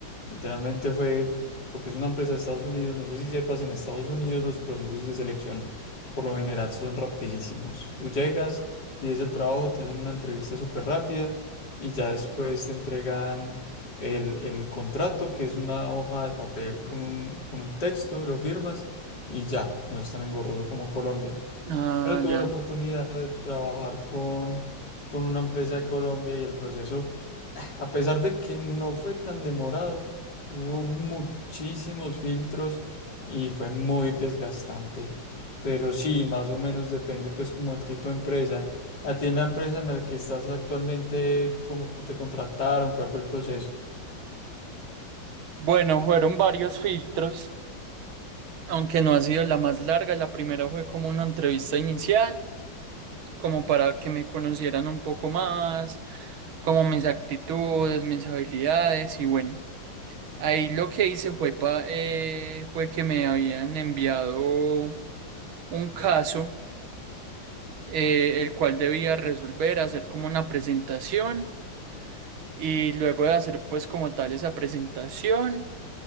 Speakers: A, on the left; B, on the right.
A: Literalmente fue porque es una empresa de Estados Unidos. No sé si sepas, en Estados Unidos los procesos de selección por lo general son rapidísimos. Tú llegas, pides el trabajo, te hacen una entrevista súper rápida y ya después te entregan el, el contrato, que es una hoja de papel con un, con un texto, lo firmas y ya, no es tan engorroso como Colombia
B: Ah,
A: pero tuve
B: ya.
A: la oportunidad de trabajar con, con una empresa de Colombia y el proceso, <sighs> a pesar de que no fue tan demorado, tuvo muchísimos filtros y fue muy desgastante. Pero sí, más o menos depende pues como el tipo de empresa. A ti en la empresa en la que estás actualmente, ¿cómo te contrataron? ¿Cuál fue el proceso?
B: Bueno, fueron varios filtros, aunque no ha sido la más larga. La primera fue como una entrevista inicial, como para que me conocieran un poco más, como mis actitudes, mis habilidades y bueno, ahí lo que hice fue, pa- eh, fue que me habían enviado un caso, eh, el cual debía resolver, hacer como una presentación y luego de hacer pues como tal esa presentación.